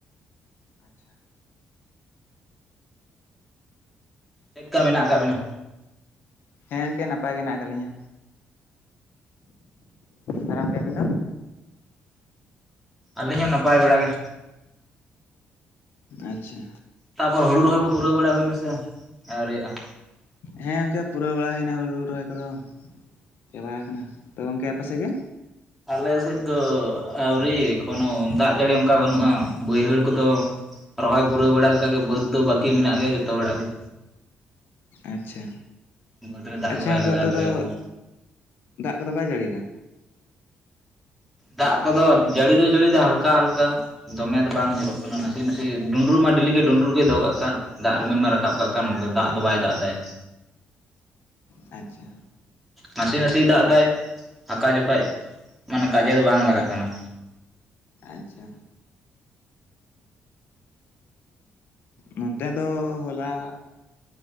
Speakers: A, on the left; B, in the centre.
A: ᱟᱪᱪᱷᱟ᱾
B: ᱪᱮᱫ ᱠᱟ ᱢᱮᱱᱟᱜ ᱟᱠᱟᱫ ᱵᱮᱱᱟ?
A: ᱦᱮᱸ ᱜᱚᱝᱠᱮ ᱱᱟᱯᱟᱭ ᱜᱮ ᱦᱮᱱᱟᱜ ᱟᱠᱟᱫ ᱞᱤᱧᱟᱹ᱾ ᱟᱨ ᱜᱚᱢᱠᱮ ᱟᱹᱵᱤᱱ ᱫᱚ?
B: ᱟᱹᱞᱤᱧ ᱦᱚᱸ ᱱᱟᱯᱟᱭ ᱵᱟᱲᱟ ᱜᱮ᱾
A: ᱟᱪᱪᱷᱟ᱾
B: ᱛᱟᱯᱚᱨ ᱦᱩᱲᱩ ᱨᱚᱦᱚᱭ ᱠᱚ ᱯᱩᱨᱟᱹᱣ ᱵᱟᱲᱟ ᱦᱩᱭᱱᱟ ᱥᱮ ᱟᱣᱨᱤᱭᱟᱜᱼᱟ?
A: ᱦᱮᱸ ᱜᱚᱝᱠᱮ ᱯᱩᱨᱟᱹᱣ ᱵᱟᱲᱟ ᱦᱩᱭᱮᱱᱟ ᱦᱩᱲᱩ ᱨᱚᱦᱚᱭ ᱠᱚᱫᱚ᱾ ᱪᱟᱵᱟ ᱟᱠᱟᱱᱟ ᱛᱚ ᱜᱚᱢᱠᱮ ᱟᱯᱮ ᱥᱮᱜ ᱜᱮ?
B: ᱟᱞᱮ ᱥᱮᱫ ᱫᱚ ᱟᱹᱣᱨᱤ ᱮᱠᱷᱚᱱᱚ ᱫᱟᱜ ᱡᱟᱹᱲᱤ ᱚᱱᱠᱟ ᱵᱟᱹᱱᱩᱜᱼᱟ ᱵᱟᱹᱭᱦᱟᱹᱲ ᱠᱚᱫᱚ ᱨᱚᱦᱚᱭ ᱯᱩᱨᱟᱹᱣ ᱵᱟᱲᱟ ᱞᱮᱠᱟ ᱜᱮ ᱵᱟᱹᱫᱽ ᱫᱚ ᱵᱟᱹᱠᱤ ᱢᱮᱱᱟᱜ ᱜᱮᱭᱟ ᱡᱚᱛᱚ ᱦᱚᱲᱟᱜ ᱜᱮ
A: ᱟᱪᱪᱷᱟ
B: ᱵᱟᱹᱫᱽ ᱨᱮ ᱫᱟᱜ
A: ᱟᱪᱪᱷᱟ
B: ᱜᱮ ᱵᱟᱭ
A: ᱜᱚᱝᱠᱮ
B: ᱞᱟᱜᱟᱣ
A: ᱚᱱᱛᱮ
B: ᱫᱟᱲᱮ
A: ᱫᱚ
B: ᱟᱠᱟᱫᱟ
A: ᱫᱟᱜ ᱠᱚᱫᱚ ᱵᱟᱭ ᱡᱟᱹᱲᱤᱭᱫᱟ?
B: ᱫᱟᱜ ᱠᱚᱫᱚ ᱡᱟᱹᱲᱤ ᱫᱚ ᱡᱟᱹᱲᱤ ᱫᱟ ᱦᱟᱞᱠᱟ ᱦᱟᱞᱠᱟ ᱫᱚᱢᱮ ᱫᱚ ᱵᱟᱝ ᱧᱩᱨᱩᱜ ᱠᱟᱱᱟ ᱱᱟᱥᱮ ᱱᱟᱥᱮ ᱰᱩᱸᱰᱨᱩᱜ ᱢᱟ ᱰᱮᱞᱤ ᱜᱮ ᱰᱩᱸᱰᱨᱩᱜ ᱜᱮ ᱫᱚᱦᱚ ᱠᱟᱜ ᱠᱟᱱ ᱫᱟᱜ ᱨᱤᱢᱤᱞ ᱢᱟ ᱨᱟᱠᱟᱵ ᱠᱟᱜ ᱠᱟᱱ ᱫᱟᱜ ᱫᱚ ᱵᱟᱭ ᱫᱟᱜ ᱮᱫᱟᱭ ᱾
A: ᱟᱪᱪᱷᱟ᱾
B: ᱱᱟᱥᱮ ᱱᱟᱥᱮᱭ ᱫᱟᱜ ᱮᱫᱟᱭ ᱟᱠᱟ ᱡᱚᱠᱷᱟᱡ ᱢᱟᱱᱮ ᱠᱟᱡᱮ ᱫᱚ ᱵᱟᱝ ᱞᱟᱜᱟᱜ ᱠᱟᱱᱟ᱾
A: ᱟᱪᱪᱷᱟ᱾ ᱱᱚᱱᱛᱮ ᱫᱚ ᱦᱚᱞᱟ